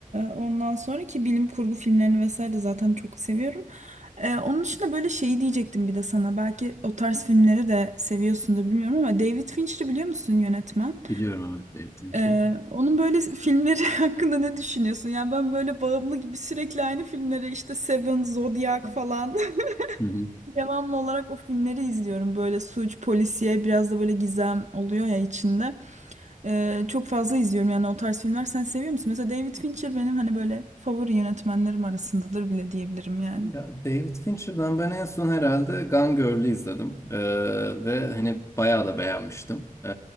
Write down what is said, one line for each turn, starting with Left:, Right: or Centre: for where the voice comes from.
Right: ondan sonra ki bilim kurgu filmlerini vesaire de zaten çok seviyorum. E, onun dışında böyle şeyi diyecektim bir de sana. Belki o tarz filmleri de seviyorsundur bilmiyorum ama David Fincher'ı biliyor musun yönetmen?
Left: Biliyorum evet David Fincher.
Right: E, onun böyle filmleri <laughs> hakkında ne düşünüyorsun? Yani ben böyle bağımlı gibi sürekli aynı filmleri işte Seven, Zodiac falan <laughs>
Left: Hı hı.
Right: Devamlı olarak o filmleri izliyorum. Böyle suç, polisiye, biraz da böyle gizem oluyor ya içinde. Ee, çok fazla izliyorum yani o tarz filmler. Sen seviyor musun? Mesela David Fincher benim hani böyle favori yönetmenlerim arasındadır bile diyebilirim yani.
Left: Ya David Fincher'dan ben en son herhalde Gone Girl'ü izledim. Ee, ve hani bayağı da beğenmiştim. Ee,